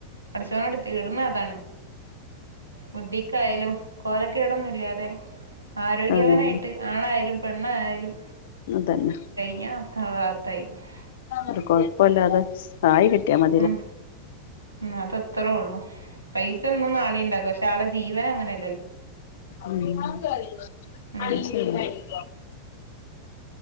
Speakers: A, on the right; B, on the left.
A: പടച്ചോനോട് തേട്ണത് അതാ ണ്. ബുദ്ധിക്കായാലും കോലക്കേടൊന്നുല്ലാതെ ആരോഗ്യവാനായിട്ട്
B: ആഹ്
A: ആണായാലും പെണ്ണായാലും
B: അതന്നെ
A: ഞ <unintelligible>
B: ഒരു കൊഴപുല്ലാതെ ആയി കിട്ടിയാ മതി.
A: ഉം ഉം അതത്രേ ഉള്ളൂ പൈസ ഒന്നും നാളണ്ടാക്ക മയാളെ ജീവനങ്ങനെ
B: മ്മ്
A: ഉം.
B: അയ്ശരി <inaudible>